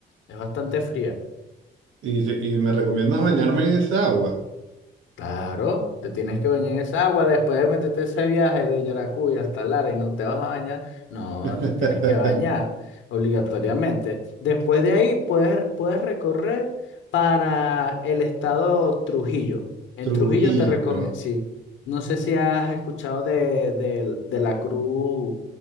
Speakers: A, on the left; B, on the right.
A: es bastante fría.
B: Y, y me recomiendas bañarme en esa agua.
A: Claro, te tienes que bañar en esa agua después de meterte ese viaje de Yaracuy hasta Lara y no te vas a bañar. No,
B: <laughs>
A: te tienes que bañar obligatoriamente. Después de ahí puedes, puedes recorrer para el estado Trujillo. En
B: Trujillo.
A: Trujillo te recomiendo, sí, no sé si has escuchado de, del- de la cruz,